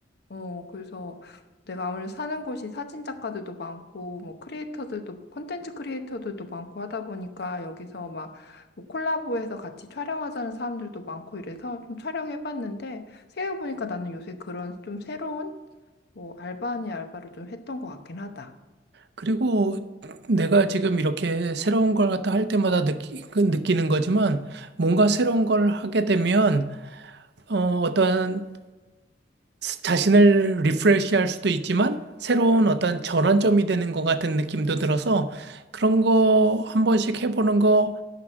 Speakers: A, on the left; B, on the right.
A: 어, 그래서 내가 아무래도 사는 곳이 사진 작가들도 많고, 뭐, 크리에이터들도, 콘텐츠 크리에이터들도 많고 하다 보니까 여기서 막, 뭐 콜라보해서 같이 촬영하자는 사람들도 많고 이래서 좀 촬영해봤는데, 생각해보니까 나는 요새 그런 좀 새로운, 뭐, 알바 아닌 알바를 좀 했던 것 같긴 하다.
B: 그리고 내가 지금 이렇게 새로운 걸 갖다 할 때마다 느끼, 그 느끼는 거지만 뭔가 새로운 걸 하게 되면 어, 어떠한 자신을 리프레시할 수도 있지만 새로운 어떤 전환점이 되는 것 같은 느낌도 들어서 그런 거 한 번씩 해보는 거